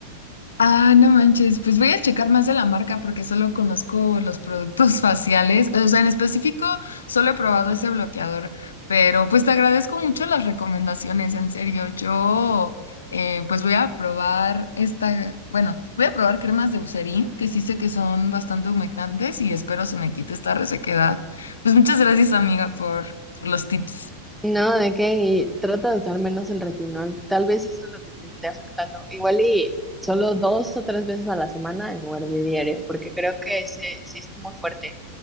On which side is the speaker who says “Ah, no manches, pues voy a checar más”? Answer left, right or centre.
Left